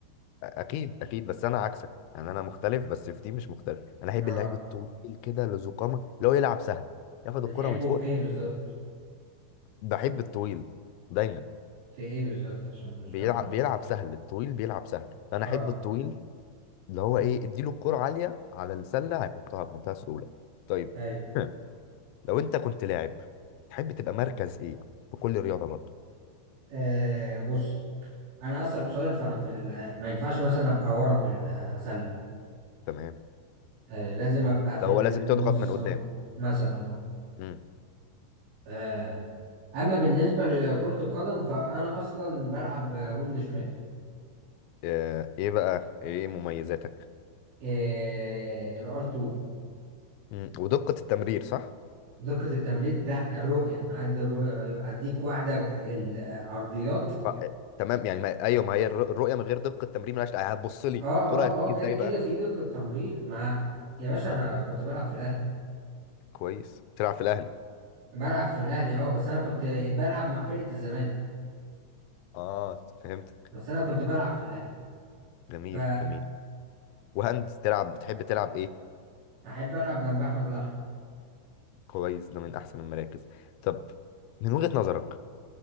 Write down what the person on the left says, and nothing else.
اكيد اكيد بس انا عكسك يعني انا مختلف بس في دي مش مختلف انا احب
اللعيب الطويل كده اللي ذو قامه اللي هو يلعب سهل ياخد
الكرة من فوق
بحب الطويل دايما
بيلعب
بيلعب سهل الطويل بيلعب سهل فانا
احب الطويل اللي هو ايه اديله الكرة عالية على السلة هيحطها بمنتهى السهولة طيب
<laughs> لو انت كنت لاعب تحب تبقى مركز ايه في كل رياضة برضه
تمام
لو
هو لازم تضغط من قدام
امم
آه، ايه بقى ايه مميزاتك
امم ودقة التمرير صح
ما... يب. آه، تمام يعني ما... ايوه ما هي الر- الرؤية من غير دقة التمرير ملهاش آه، هتبص لي
الكرة هتيجي
ازاي
بقى
اه
آه،
كويس تلعب في الاهلي
اه فهمتك
جميل
جميل وهند تلعب بتحب تلعب ايه
كويس ده من احسن المراكز طب من وجهة نظرك